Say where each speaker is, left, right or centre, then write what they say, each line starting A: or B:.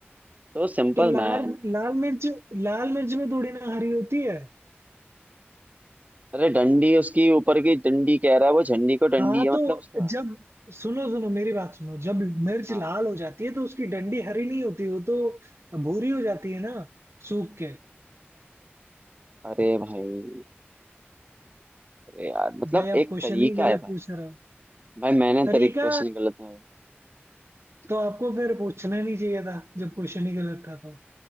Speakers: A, on the right (about 35°); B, on the right (about 85°).
A: तो सिंपल
B: तो लाल
A: मैन
B: लाल मिर्च लाल मिर्च में थोड़ी ना हरी होती है
A: अरे डंडी उसकी ऊपर की डंडी कह रहा है वो झंडी को
B: हाँ
A: डंडी है
B: तो
A: मतलब उसका
B: जब सुनो सुनो मेरी बात सुनो जब मिर्च
A: हाँ
B: लाल हो जाती है तो उसकी डंडी हरी नहीं होती वो तो भूरी हो जाती है ना सूख के
A: अरे भाई अरे यार मतलब
B: भाई आप
A: एक
B: क्वेश्चन
A: तरीका
B: ही गलत
A: है भाई
B: पूछ रहे हो
A: भाई मैंने
B: तरीका
A: तरीकों से निकलते हैं
B: तो आपको फिर पूछना ही नहीं चाहिए था जब क्वेश्चन ही गलत था तो।